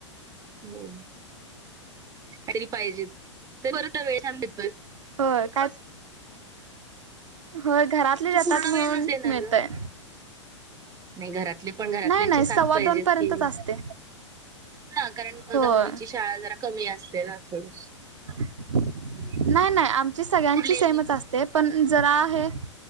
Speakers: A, on the right; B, on the right.
A: हो तरी पाहिजे वेळत
B: होय काय होय घरातले येतात
A: पूर्ण
B: म्हणून
A: वेळ नसते ना
B: मिळतय
A: ग नाही घरातले पण घरातल्यांची
B: नाही नाही
A: साथ
B: सव्वा
A: पाहिजेच
B: दोन पर्यंतच
A: की
B: असते
A: हा कारण दहावीची
B: होय.
A: शाळा जरा कमी असते ना थोडी
B: नाही
A: मग
B: नाही आमची सगळ्यांची
A: तू कुठले
B: सेमच
A: इंग्लिश
B: असते पण जरा आहे